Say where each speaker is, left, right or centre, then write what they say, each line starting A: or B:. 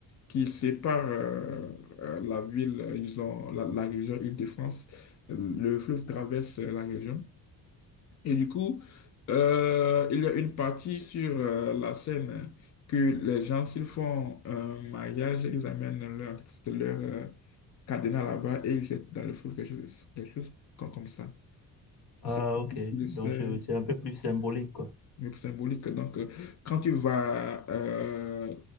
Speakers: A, on the left; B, on the left.
A: qui sépare euh, euh, la ville, euh, ils ont la, la région Île-de-France. Le fleuve traverse euh, la région. Et du coup, euh, il y a une partie sur euh, la scène que les gens, s'ils font un mariage, ils amènent leur, leur euh, cadenas là-bas et ils jettent dans le feu quelque chose, quelque chose comme, comme ça.
B: Ah,
A: Et C'est
B: ok.
A: plus
B: Donc,
A: c'est
B: je- c'est un peu plus symbolique, quoi.
A: symbolique. Donc, euh, quand tu vas euh,